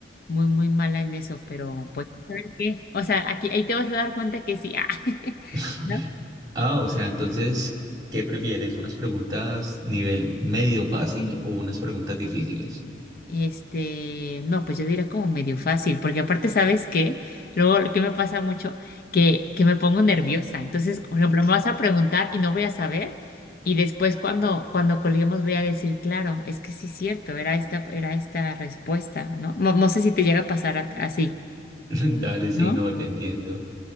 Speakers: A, on the left; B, on the right.
A: muy, muy mala en eso, pero pues, ¿sabes qué? O sea, aquí, ahí te vas a dar cuenta que sí, ah, <laughs>
B: <laughs>
A: ¿no?
B: Ah, o sea, entonces, ¿qué prefieres? ¿Unas preguntas nivel medio fácil o unas preguntas difíciles?
A: Este, no, pues yo diría como medio fácil, porque aparte, ¿sabes qué? Luego, lo que me pasa mucho, que, que me pongo nerviosa, entonces, por ejemplo, me vas a preguntar y no voy a saber, y después cuando, cuando colguemos voy a decir, claro, es que sí es cierto, era esta, era esta respuesta, ¿no? No, no sé si te llega a pasar a- así.
B: <laughs> Dale, sí,
A: ¿no?
B: no, te entiendo.